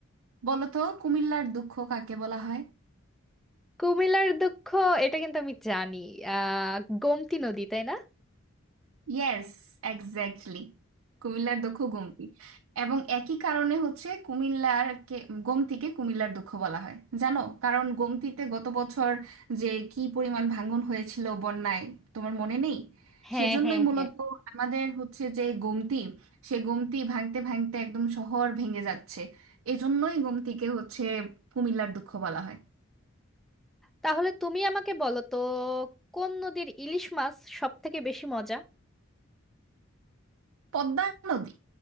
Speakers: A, on the right; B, in the centre.
A: বলো তো কুমিল্লার দুঃখ কাকে বলা হয়
B: কুমিল্লার দুঃখ এটা কিন্তু আমি জানি আহ গোমতী নদী তাই না
A: Yes exactly কুমিল্লার দুঃখ গোমতী এবং একই কারণে হচ্ছে কুমিল্লার কে- গোমতীকে কুমিল্লার দুঃখ বলা হয় জানো কারণ গোমতীতে গত বছর যে কি পরিমাণ ভাঙন হয়েছিল বন্যায় তোমার মনে নেই
B: হ্যাঁ
A: সেজন্যই
B: হ্যাঁ
A: মূলত
B: হ্যাঁ
A: আমাদের হচ্ছে যে গোমতী সে গোমতী ভাঙতে ভাঙতে একদম শহর ভেঙে যাচ্ছে এজন্যই গোমতীকে হচ্ছে কুমিল্লার দুঃখ বলা হয়
B: তাহলে তুমি আমাকে বলো তো কোন নদীর ইলিশ মাছ সব থেকে বেশি মজা
A: পদ্মা নদী